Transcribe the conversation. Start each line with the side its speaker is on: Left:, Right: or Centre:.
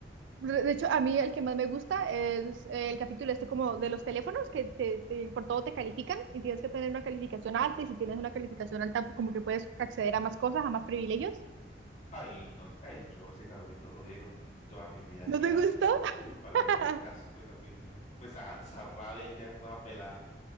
Right: De hecho, a mí el que más me gusta es eh, el capítulo este como de los teléfonos, que te, te- por todo te califican y tienes que tener una calificación alta y si tienes una calificación alta, pues como que puedes acceder a más cosas, a más privilegios.
Left: Ay, no, ay, yo ese capítulo lo vi con toda mi vida.
Right: ¿No
Left: Qué
Right: te
Left: asco.
Right: gustó? <laughs>
Left: Uy, para nada, qué asco de capítulo. Me está dando esa rabia y ya, juega pelada.